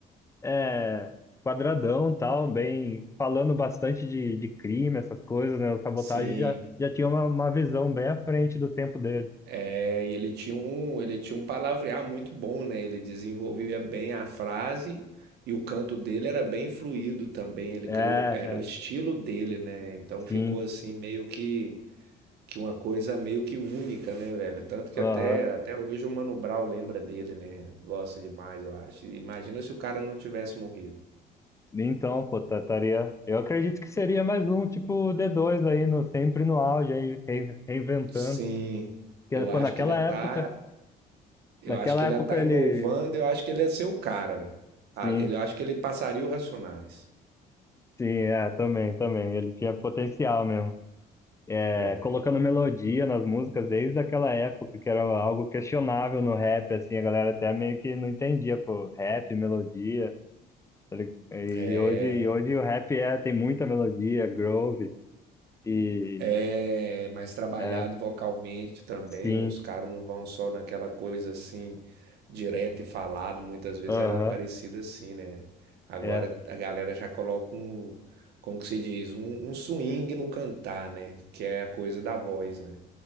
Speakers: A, on the left; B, on the right.
A: é, quadradão, tal, bem falando bastante de, de crime, essas coisas, né? O Sabotage
B: sim.
A: já, já tinha uma, uma visão bem à frente do tempo dele.
B: É, e ele tinha um, ele tinha um palavrear muito bom, né? Ele desenvolvia bem a frase e o canto dele era bem fluido também. Ele
A: É,
B: criou,
A: é,
B: um- era o estilo dele, né? Então
A: sim.
B: ficou assim meio que que uma coisa meio que única, né, velho? Tanto que
A: Aham.
B: até, até hoje o Mano Brown lembra dele, né? Gosta demais, eu acho. E Imagina se o cara não tivesse morrido.
A: Então, pô, tá- estaria. Eu acredito que seria mais um, tipo, d dois aí, no, sempre no auge, aí, rein- reinventando.
B: Sim,
A: Porque,
B: eu
A: pô,
B: acho
A: naquela
B: que ele ia
A: época,
B: tá, eu
A: naquela
B: acho que ele
A: época
B: ia tá inovando,
A: ele.
B: eu acho que ele ia ser o cara, velho. Ah,
A: Sim,
B: Ele, eu acho que ele passaria o Racionais.
A: sim, é, também, também. Ele tinha potencial mesmo. É,
B: É,
A: colocando melodia nas músicas desde aquela época, que era algo questionável no rap, assim, a galera até meio que não entendia, pô, rap, melodia. Ele- E
B: é.
A: hoje, e hoje o rap é, tem muita melodia, groove. e
B: É mais trabalhado
A: É,
B: vocalmente também.
A: sim,
B: Os caras não vão só naquela coisa assim, direto e falado. Muitas vezes
A: aham,
B: era parecido assim, né? Agora
A: é,
B: a galera já coloca um, como que se diz? Um, um swing no cantar, né? Que é a coisa da voz, né?